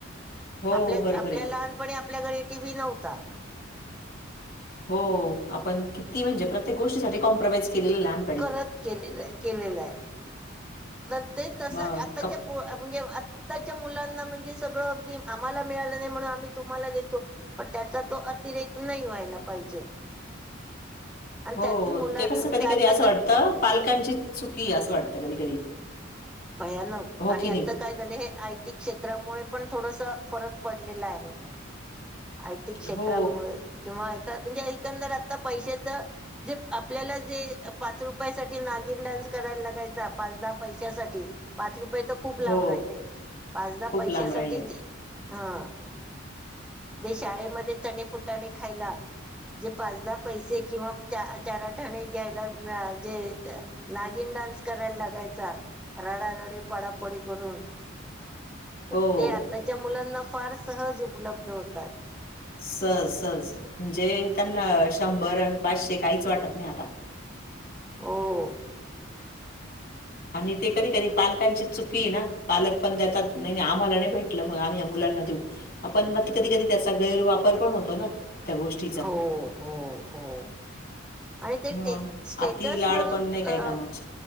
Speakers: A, on the left; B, in the centre.
A: हो
B: आपल्या
A: बरोबर
B: आपल्या
A: आहे
B: लहानपणी आपल्या घरी टी व्ही नव्हता.
A: हो आपण किती? म्हणजे प्रत्येक गोष्टीसाठी कॉम्प्रोमाइज केलेल लहान.
B: करत केलेलं हाय, केलेलं हाय, तर ते तस
A: मग
B: आताच्या पो म्हणजे आत्ताच्या मुलांना म्हणजे सगळं अगदी, आम्हाला मिळालं नाही म्हणून आम्ही तुम्हाला देतो. पण त्याचा तो अतिरेक नाही व्हायला पाहिजे.
A: <inaudible>
B: आणि
A: हो
B: त्यानी
A: हो
B: मुला
A: ते कसं
B: म्हणजे
A: कधी
B: आताच्या
A: कधी असं वाटतं, पालकांची चुकी असं वाटतं कधी कधी.
B: भयानक
A: हो
B: आणि
A: की नाही
B: आता काय झालय, हे आयटी क्षेत्रामुळे पण थोडस फरक पडलेला आहे. आयटी क्षेत्रामुळे
A: हो
B: किंवा ए म्हणजे एकंदर आता पैशाच जे आपल्याला जे पाच रुपया साठी नागिन डान्स करायला लागायचा, पाच दहा पैशासाठी पाच रुपये तर खूप लांब
A: हो
B: राहिले. पाचदा
A: खूप
B: पैशासाठी
A: लांब राहिले
B: हा ते शाळेमध्ये चणे, फुटाणे खायला जे पाचदाहा पैसे किंवा चारआठाणे घ्यायला जे नागिन डान्स कराय लागायचा रडारडी, पडापडी करून तर
A: हो
B: ते आताच्या मुलांना फार सहज उपलब्ध होतात.
A: सज सज म्हणजे त्यांना शंभर आणि पाचशे काहीच वाटत नाही आता.
B: हो.
A: आणि ते कधी कधी पालकांचीच चुकी हाय ना, पालक पण देतात. नाही आम्हाला नाही भेटलं, मग आम्ही या मुलांना देऊ. आपण मग कधी कधी त्याचा गैरवापर पण होतो ना. त्या गोष्टीचा
B: हो हो हो. आणि ते
A: मग
B: टे स्टेटस
A: अति लाड
B: म्हणून
A: पण नाही
B: अ
A: काही कामाचे